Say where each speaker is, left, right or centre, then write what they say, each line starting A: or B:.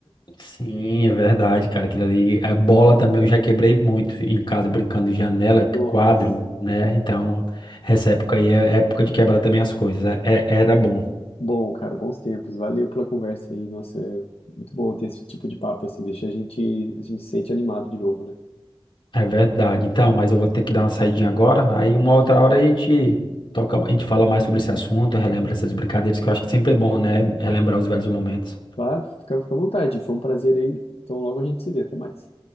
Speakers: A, on the left (about 55°); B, on the left (about 85°).
A: Sim, é verdade, cara. Aquilo ali. A bola também eu já quebrei muito em casa, brincando de janela,
B: Nossa.
A: quadro, né? Então, essa época aí é época de quebrar também as coisas. É- é- era bom.
B: Bom, cara, bons tempos. Valeu pela conversa aí. Nossa, é muito bom ter esse tipo de papo assim, deixa a gente, a gente se sente animado de novo, né?
A: É verdade. Então, mas eu vou ter que dar uma saidinha agora. Aí uma outra hora a gente toca, a gente fala mais sobre esse assunto, relembra essas brincadeiras, que eu acho que sempre é bom, né? Relembrar os velhos momentos.
B: Claro, fica, fica à vontade. Foi um prazer aí. Então logo a gente se vê. Até mais.